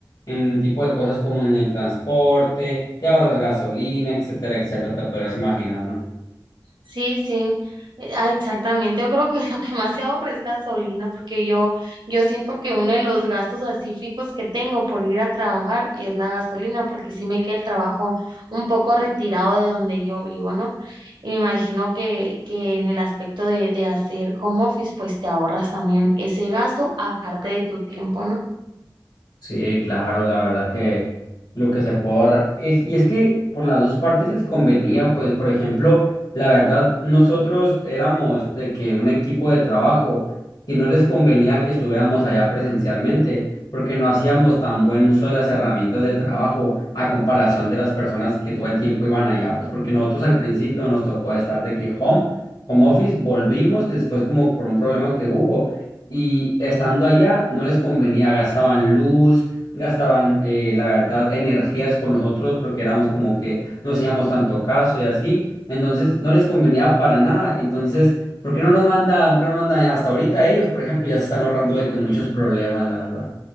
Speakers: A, on the left; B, on the right.
A: en el tipo de cosas como en el transporte, te ahorras gasolina, etcétera, etcétera, te podrás imaginar, ¿no?
B: Sí, sí, eh, ah, exactamente. Yo creo que <laughs> lo que más se ahorra es gasolina, porque yo, yo siento que uno de los gastos así fijos que tengo por ir a trabajar es la gasolina, porque sí me queda el trabajo un poco retirado de donde yo vivo, ¿no? Y me imagino que, que en el aspecto de, de hacer home office, pues te ahorras también ese gasto aparte de tu tiempo, ¿no?
A: Sí, claro, la verdad que lo que se puede ahorrar. Es, y es que por las dos partes les convenía, pues, por ejemplo, la verdad, nosotros éramos de que un equipo de trabajo que no les convenía que estuviéramos allá presencialmente, porque no hacíamos tan buen uso de las herramientas de trabajo a comparación de las personas que todo el tiempo iban allá, pues, porque nosotros al principio nos tocó estar de que home, home office, volvimos después como por un problema que hubo y estando allá no les convenía, gastaban luz, gastaban, eh, la verdad, energías con nosotros porque éramos como que no hacíamos tanto caso y así. Entonces no les convenía para nada. Entonces, ¿por qué no nos manda, por qué no mandan hasta ahorita ellos, por ejemplo, ya se están ahorrando de que muchos problemas, la verdad.